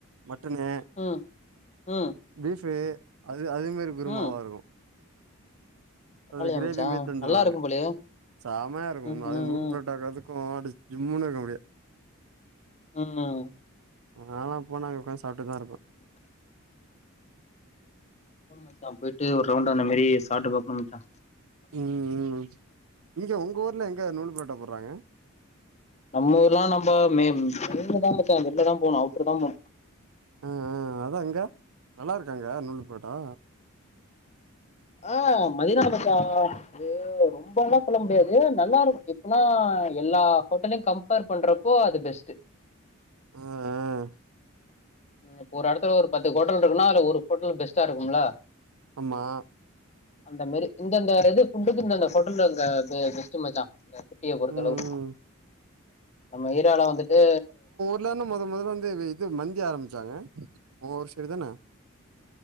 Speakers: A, on the right; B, on the left.
A: மட்டனு
B: ம் ம்.
A: பீஃபு அது அதேமாரி குருமாவாருக்கு.
B: ம் பரவால்லயே
A: அது கிரேவியுமே
B: மச்சா
A: தந்துருவாங்க.
B: நல்லா இருக்கும் போலயே
A: சமையாருக்கு
B: ம்
A: உண்ம அது
B: ம்
A: நூல்
B: ம்
A: புரோட்டாக்கு அதுக்கு அப்டிஸ் ஜிம்முனுருக்கு அப்டியே.
B: ம்.
A: நாலா போனா அங்க ஒக்காந் சாப்ட்டுதாருப்பே.
B: அத்தா போயிட்டு ஒர்ரவுண்டு அந்தமாரி சாப்ட்டு பாக்ணு மச்சா.
A: ம் ம் இங்க உங்க ஊர்ல எங்க நூல் பரோட்டா போட்றாங்க.
B: நம்ம ஊர்லா நம்ப மே <inaudible> மச்சா வெள்ல தா போணு அவுட்ரு தா போணு.
A: அ அ அதா இங்க நல்லா இருக்கா அங்க நூல் பரோட்டா?
B: ஆ மதினா மச்சா அது ரொ ம்பால்லா சொல்ல முடியாது நல்லாருக்கு எப்பினா எல்லா ஹோட்டல்லியு கம்பேர் பண்றப்போ அது பெஸ்ட்டு.
A: அ அ.
B: ம் இப்ப ஒரு எடத்துல ஒரு பத்து ஹோட்டல் இருக்குன்னா அதுல ஒரு ஹோட்டல் பெஸ்ட்டாருக்கும்ல.
A: அம்மா.
B: அந்த மாரி இந்தந்த இது ஃபுட்டுக்கு இந்தந்த ஹோட்டல்ல அங்க இது பெஸ்ட்டு மச்சா. இந்த சிட்டிய பொறுத்தளவு.
A: ம் ம்
B: நம்ம ஏரியால வந்துட்டு
A: இல்லான்னு மொத மொதல வந்து வ இது மந்தி ஆரம்ச்சாங்க உ ஊரு சைடு தான.